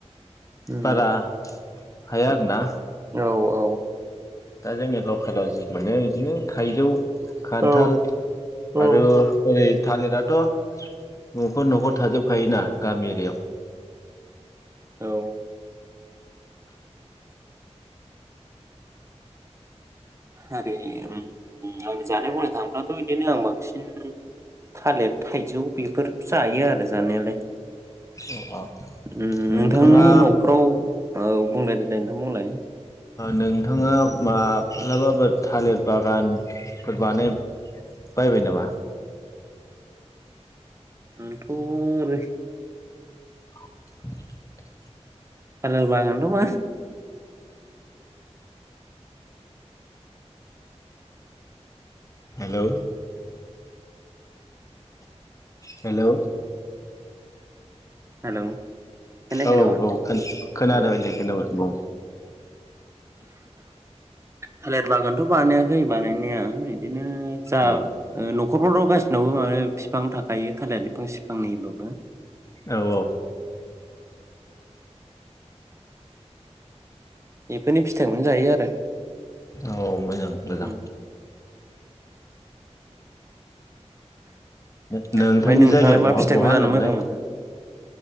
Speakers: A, on the right; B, on the left.
A: उम
B: बारा हाया आरो ना
A: औ औ
B: दा जोंनि लकेलाव जि मोनो इदिनो थाइजौ खान्थाल
A: औ औ
B: आरो ओरै थालिराथ' नखर नखर थाजोबखायोना गामि एरियाव
A: औ ओरै ओम ओम आंनि जानाय बुंनो थाङोलाथ बिदिनो आं बांसिन थालिर थाइजौ बेफोर जायो आरो जानायालाय
B: एरियायाव
A: ओम
B: नोंथाङा
A: नोंथांनि नफ्राव ओम बुंलाय देलाय नोंथां बुंलाय
B: नोंथाङा माब्लाबाफोर थालिर बागानफोर बानाय बायबाय नामा
A: नोंथ आरो
B: <inaudible>
A: थालिर बागानथ' बा
B: हेलौ हेलौ
A: हेलौ खोनायाखै
B: औ औ
A: नामा?
B: खोनादों
A: ओ
B: दे खोनाबाय बुं
A: थालिर बागानथ' बानायाखै बानायनाया बिदि बिदिनो जा
B: औ
A: नख न'खरफोराव गासिनावबो बिफां थाखायो थालिर बिफां सिफांनिबाबो
B: औ औ
A: बेफोरनि फिथाइखौनो जायो आरो
B: औ मोजां मोजां
A: उम
B: <inaudible> नोंथांनि
A: ओमफ्राय नोंथाङालाय
B: जायगाया
A: मा
B: बहा
A: फिथाइखौ
B: बहा होनदोंमोनलै
A: जानो मोजां मोनो?